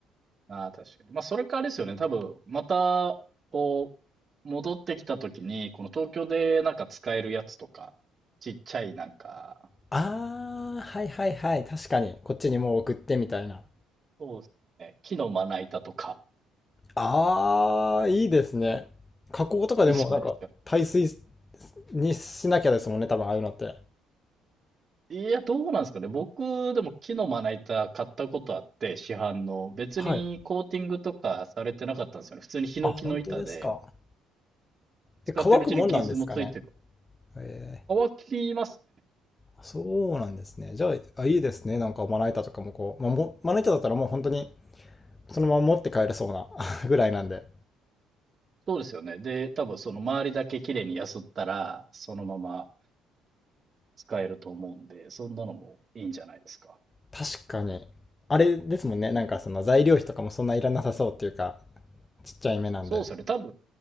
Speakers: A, on the right; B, on the left.
A: ああ、確かに。まあ、それからあれですよね。多分、また、こう、戻ってきた時に、この東京でなんか使えるやつとか、ちっちゃいなんか、
B: あー、はいはいはい。確かに、こっちにもう送ってみたいな。
A: そうですね。木のまな板とか、
B: あー、いいですね。加工とかでもなんか、
A: いいじゃないですか。
B: 耐水にしなきゃですもんね、多分ああいうのって。
A: いや、どうなんですかね。僕、でも木のまな板買ったことあって、市販の。別にコーティングとかされてなかったんですよね。
B: はい。
A: 普通にヒノキの板で、
B: あ、本当ですか。
A: 使ってるうちに傷もついてくる。
B: え、乾くもんなんですかね。え
A: 乾きます
B: ー、そうなんですね。じゃあ、あ、いいですね。なんかまな板とかもこう、まあ、もまな板だったらもう本当にそのまま持って帰れそうな <laughs> ぐらいなんで。
A: そうですよね。で、多分その周りだけ綺麗にやすったら、そのまま使えると思うんで、そんなのもいいんじゃないですか。
B: 確かに。あれですもんね。なんかその材料費とかもそんないらなさそうっていうか、
A: うん、
B: ちっちゃい目なんで。
A: そうですよね。多分、